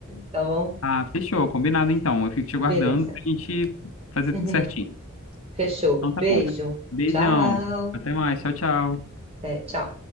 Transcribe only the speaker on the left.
Ah, fechou, combinado então. Eu fico te aguardando
pra gente fazer
tudo certinho.
Então tá
bom. Beijão.
Até mais. Tchau, tchau.